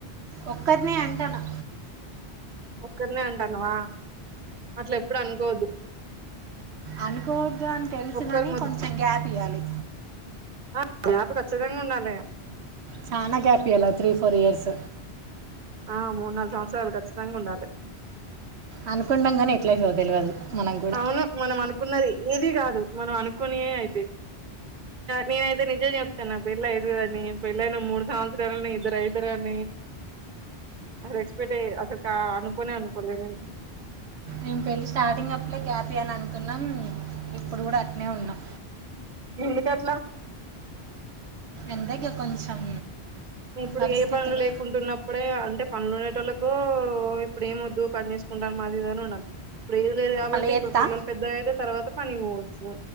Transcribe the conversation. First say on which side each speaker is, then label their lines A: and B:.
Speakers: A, on the right; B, on the right.
A: ఒక్కరినే అంటానా
B: ఒక్కరినే అంటన్నవ అట్ల ఎప్పుడు అనుకోవద్దు
A: అనుకోవద్దు అని తెలుసుగాని
B: ఒక్కరు
A: కొంచెం గ్యాప్ ఇయ్యాలి
B: ఆ గ్యాప్ కచ్చితంగా ఉండాలె
A: చాలా గ్యాప్ ఇయ్యాల త్రీ ఫోర్ ఇయర్స్
B: ఆ మూడు నాలుగు సంవత్సరాలు ఖచ్చితంగా ఉండాలి
A: ఆనుకుంటంకాని ఎట్లైతదో తెలియదు మనకు కూడా
B: అవును మనం అను అనుకున్నది ఏది కాదు మనం అనుకోనియే అయితేయి నేనయితే నిజం చెపుతున్న పెళ్లి అవుతుందిని పెళ్లి అయినా మూడు సంవత్సరాలకి ఇద్దరు అవుతారుని అసలు ఎక్స్పెక్ట్ అయ అసలు కా అనుకోనే అనుకోలే నేను
A: మేము పెళ్ళి స్టార్టింగ్ అప్పుడే గ్యాప్ ఇయాలి అని అనుకున్నాం ఇప్పుడు కూడా అట్నే ఉన్నాం
B: ఎందుకట్లా
A: ఎందగ్గా కొంచెం
B: ఇప్పుడు
A: పరిస్థితులు
B: ఏ పనులు లేకుంటున్నప్పుడే అంటే పనుగొనేటోళ్ళలకు ఇప్పుడు ఏం వద్దు పని చేసుకుంటం మాదిఇది అని అన్నరు ఇప్పుడు ఏది లేదు కాబట్టి
A: మళ్ళీ చేస్తా
B: ఇప్పుడు పిల్లలు పెద్దగైతే తర్వాత పనికిపోవచ్చు